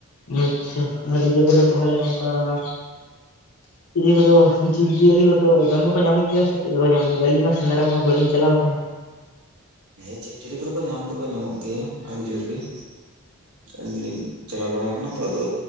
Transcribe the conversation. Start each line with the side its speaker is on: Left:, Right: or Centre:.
Left: ᱟᱪᱪᱷᱟ <unintelligible> ᱛᱟᱦᱚᱞᱮ ᱚᱱᱠᱟ <inaudible> ᱤᱭᱟᱹ ᱠᱚᱫᱚ ᱡᱤᱵᱽ ᱡᱤᱭᱟᱹᱞᱤ ᱠᱚᱫᱚ ᱫᱚᱢᱮ ᱠᱚ ᱧᱟᱢᱚᱜ ᱜᱮᱭᱟ ᱥᱮ ᱪᱮᱫ ᱞᱮᱠᱟ ᱵᱟᱠᱚ ᱧᱟᱢᱚᱜ ᱜᱮᱭᱟ ᱟᱹᱞᱤᱧ ᱢᱟ ᱥᱮᱸᱫᱽᱨᱟ ᱢᱟ ᱵᱟᱹᱞᱤᱧ ᱪᱟᱞᱟᱣ ᱠᱟᱱᱟ ᱾
Right: ᱦᱮᱸ ᱡᱤᱵᱽ ᱡᱤᱭᱟᱹᱞᱤ ᱠᱚᱫᱚ ᱠᱚ ᱧᱟᱢ ᱫᱚᱠᱚ ᱧᱟᱢᱚᱜ ᱜᱮᱭᱟ ᱟᱹᱰᱤ ᱡᱳᱨ ᱜᱮ ᱾ ᱟᱹᱞᱤᱧ ᱫᱚᱞᱤᱧ ᱪᱟᱞᱟᱣ ᱵᱟᱲᱟ ᱟᱠᱟᱱᱟ ᱛᱚ ᱟᱫᱚ